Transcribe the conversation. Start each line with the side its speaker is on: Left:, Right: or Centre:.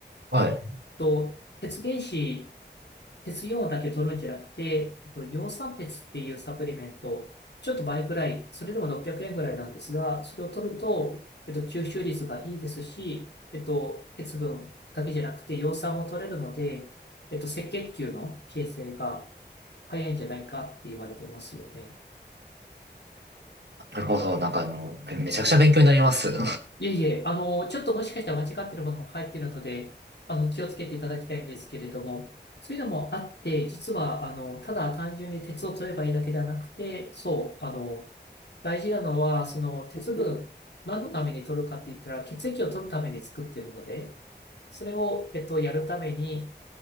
Right: はい。
Left: と、鉄原子、鉄イオンだけ取るんじゃなくて、えっと、葉酸鉄っていうサプリメント、ちょっと倍ぐらい、それでも600円ぐらいなんですが、それを取ると、えっと、吸収率がいいですし、えっと、鉄分だけじゃなくて、葉酸も取れるので、えっと、赤血球の形成が早いんじゃないかって言われてますよね。
Right: なるほど。なんかもう、めちゃくちゃ勉強になります。<laughs>
Left: いえいえ、あの、ちょっともしかしたら間違ってるものも入っているので、あの、気をつけていただきたいんですけれども、そういうのもあって、実は、あの、ただ単純に鉄を取ればいいだけではなくて、そう、あの、大事なのは、その鉄分、何のために取るかって言ったら、血液を取るために作ってるので、それを、えっと、やるために、